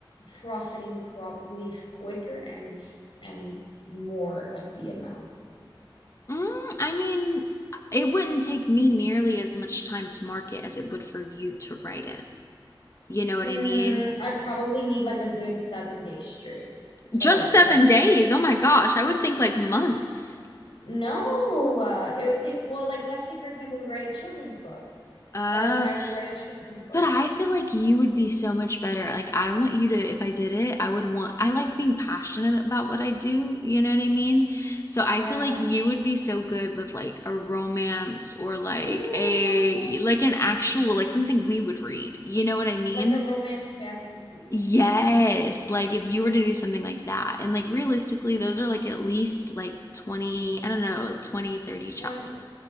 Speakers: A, on the left; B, on the left.
A: profiting probably f- quicker and and more of the amount?
B: mm, i mean it wouldn't take me nearly as much time to market as it would for you to write it you know what
A: Mm,
B: i mean
A: I'd probably need like a good seven days straight. So
B: just
A: like finish.
B: seven days oh my gosh i would think like months
A: No, uh, it would take, well, like let's say for example, we write a children's book.
B: uh
A: Or like I would write a children's book.
B: But I feel like you would be so much better. Like, I want you to, if I did it, I would want, I like being passionate about what I do. You know what I mean? So
A: Yeah.
B: I feel like you would be so good with like a romance or like
A: Mm, I
B: a,
A: know, I know.
B: like an actual, like something we would read. You know what I mean?
A: Like a romance fantasy.
B: Yes. Like, if you were to do something like that. And like, realistically, those are like at least like 20, I don't know, like twenty thirty 30 chapters,
A: 20.